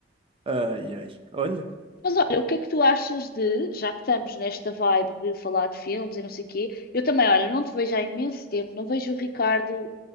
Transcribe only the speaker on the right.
Ai, ai. Olha,